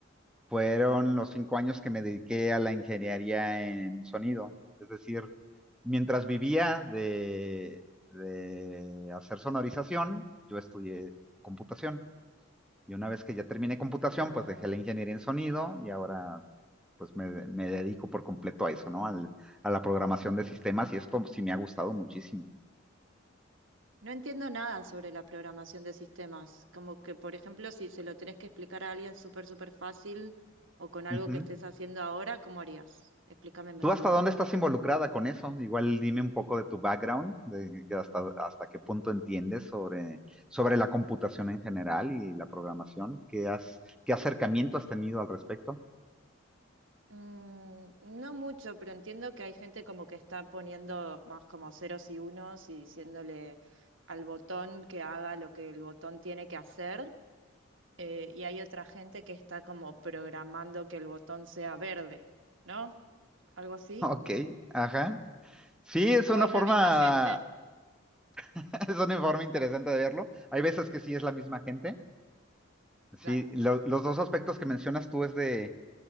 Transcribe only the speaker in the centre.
fueron los cinco años que me dediqué a la ingeniería en sonido. Es decir, mientras vivía de, de hacer sonorización, yo estudié computación. Y una vez que ya terminé computación,
pues dejé la ingeniería en sonido y ahora pues me, me dedico por completo a eso, ¿no? Al- a la programación de sistemas y esto sí me ha gustado muchísimo.
Ujú.
¿Tú hasta dónde estás involucrada con eso? Igual dime un poco de tu background, de que hasta, hasta qué punto entiendes sobre, sobre la computación en general y la programación. ¿Qué has, qué acercamiento has tenido al respecto? <laughs>
Ok, ajá. Sí, es una
forma,
<laughs> es una forma interesante de verlo. Hay veces que sí es la misma gente. Sí,
lo- los dos aspectos que mencionas tú es de